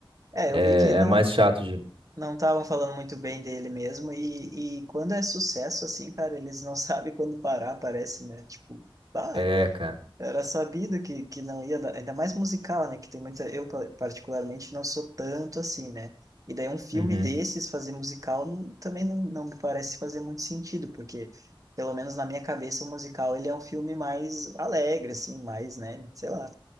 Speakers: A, on the right; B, on the right.
A: É, eu
B: é,
A: vi que não
B: é mais chato de.
A: não estavam falando muito bem dele mesmo e, e quando é sucesso, assim, cara, eles não <laughs> sabem quando parar, parece, né? Tipo, ah,
B: É, cara.
A: Era sabido que, que não ia dar, ainda mais musical, né? Que tem muita. Eu, pa- particularmente, não sou tanto assim, né? E daí, um filme
B: Uhum.
A: desses, fazer musical, não- também não, não me parece fazer muito sentido, porque, pelo menos na minha cabeça, o musical ele é um filme mais alegre, assim, mais, né? Sei lá,